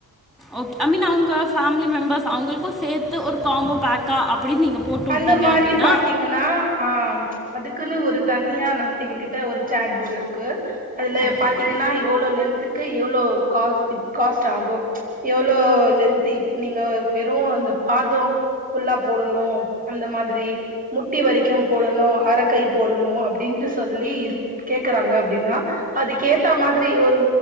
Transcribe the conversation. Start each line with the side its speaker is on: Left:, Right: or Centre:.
Centre: ஓகே ஐ மீன் அவங்க மிலி மெம்பர்ஸ் அவங்குளுக்கு சேத்து ஒரு காம்போ பேக்கா அப்படின்னு நீங்கள் போட்டு
Right: அந்த
Centre: விட்டீங்க
Right: மாரி
Centre: அப்படின்னா
Right: பாத்தீங்கனா ஆ அதுக்குன்னு ஒரு தனியா நா எங்க கிட்ட ஒரு சேட் போர்டுருக்கு அதுல
Centre: ஓகே
Right: பாத்தீங்கன்னா
Centre: ஓகே
Right: எவ்வளோ லென்துக்கு எவ்ளோ க் காஸ் ட் காஸ்ட் ஆகூ எவ்ளோ லென்த் இப் நீங்க வெறூ அந்த பாதோ ஃபுல்லா போடணூ அந்த மாதிரி முட்டி வரைக்கும் போடணு அரைக்கை போடணு அப்டின்ட்டு சொல்லி இரு கேக்குறாங்க அப்டின்னா அதுக்கு ஏத்த மாதிரி ஒரு